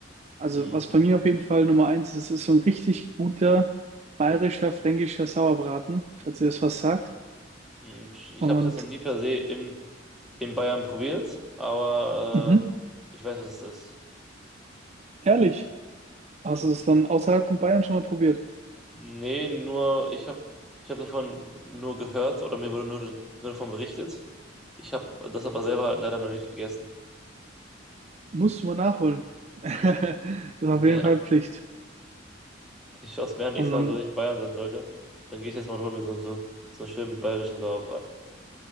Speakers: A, on the right; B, in the centre.
A: Also,
B: Mhm.
A: was bei mir auf jeden Fall Nummer eins ist, ist so ein richtig guter bayerischer, fränkischer Sauerbraten, falls ihr das was sagt.
B: Und Ich
A: Und
B: habe es jetzt noch nie per se in, in Bayern probiert, aber
A: mhm,
B: äh, ich weiß, was es ist.
A: ehrlich, hast du das dann außerhalb von Bayern schon mal probiert?
B: Nee, nur, ich habe ich hab davon nur gehört oder mir wurde nur, nur davon berichtet. Ich habe das aber selber leider noch nicht gegessen.
A: Musst du mal nachholen. <laughs> Ist
B: Ja,
A: auf jeden Fall Pflicht.
B: ich schaue es mir an, nächstes
A: Und dann,
B: Mal, so wenn ich in Bayern sein sollte, dann gehe ich jetzt mal und hole mir so, so, so einen schönen bayerischen Sauerbraten.